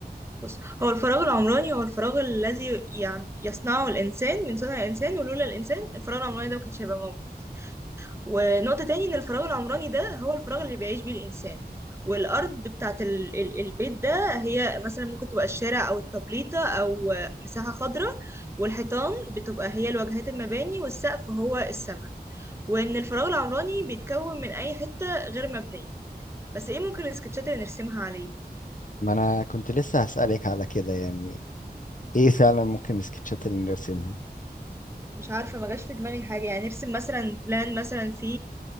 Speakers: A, on the right; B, on the left.
A: بص هو الفراغ العمراني هو الفراغ الذي يع- يصنعه الإنسان من صنع الإنسان ولولا الإنسان الفراغ العمراني ده ما كانش هيبقى موجود ونقطة تاني إن الفراغ العمراني ده هو الفراغ اللي بيعيش بيه الإنسان والأرض بتاعة ال- ال- البيت ده هي مثلا ممكن تبقى الشارع أو التبليطة أو مساحة خضراء والحيطان بتبقى هي الواجهات المباني والسقف هو السماء وان الفراغ العمراني بيتكون من اي حتة غير مبنية بس ايه ممكن السكتشات اللي نرسمها عليه
B: ما انا كنت لسه هسألك على كده يعني ايه فعلا ممكن السكتشات اللي نرسمها
A: مش عارفة ما جاش في دماغي حاجة يعني نرسم مثلا بلان مثلا في